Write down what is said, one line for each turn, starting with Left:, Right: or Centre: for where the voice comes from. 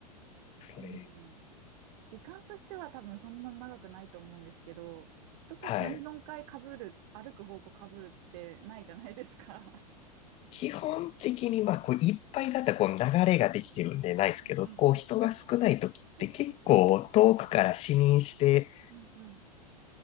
Left: それ。
Right: うん。時間としては多分そんな長くないと思うんですけど、人と3、
Left: はい。
Right: 4回被る、歩く方向被るってないじゃないですか。
Left: 基本的に、まあ、こう、いっぱいだったら、こう、流れができてるんでないですけど、
Right: <laughs> うんうんうんうん。
Left: こう、人が少ない時って結構遠くから視認して、
Right: そうそうそうそう。うんうん。